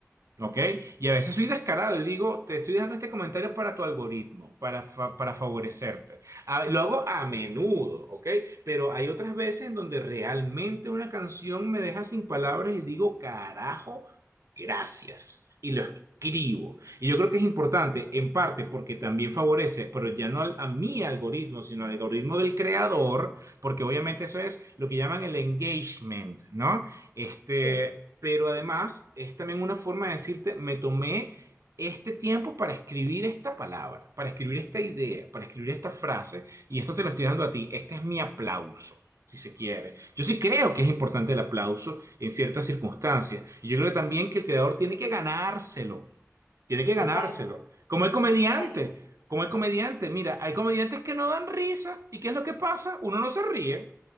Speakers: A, on the right; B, on the left.
A: ¿Ok? Y a veces soy descarado y digo, te estoy dejando este comentario para tu algoritmo, para, fa- para favorecerte. A- lo hago a menudo, ¿ok? Pero hay otras veces en donde realmente una canción me deja sin palabras y digo, carajo, gracias. Y lo escribo. Y yo creo que es importante, en parte, porque también favorece, pero ya no al- a mi algoritmo, sino al algoritmo del creador, porque obviamente eso es lo que llaman el engagement, ¿no? Este,
B: Sí,
A: pero además es también una forma de decirte, me tomé este tiempo para escribir esta palabra, para escribir esta idea, para escribir esta frase, y esto te lo estoy dando a ti. Este es mi aplauso, si se quiere. Yo sí creo que es importante el aplauso en ciertas circunstancias. Y yo creo también que el creador tiene que ganárselo, tiene que ganárselo.
B: totalmente,
A: Como el comediante,
B: totalmente.
A: como el comediante. Mira, hay comediantes que no dan risa, ¿y qué es lo que pasa? Uno no se ríe.